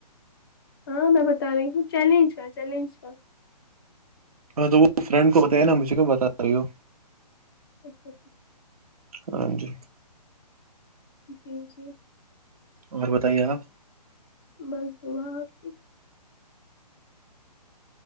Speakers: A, on the left (about 35°); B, on the right (about 60°).
A: ہاں میں بتا رہی ہوں چیلنج کا چیلنج کا
B: ہاں تو وہ فرینڈ کو بتایا نا مجھے کو بتا رہی ہو
A: اچھا <inaudible>
B: ہاں جی
A: جی جی <inaudible>
B: اور بتائیے آپ
A: بس داں آپ کی <unintelligible>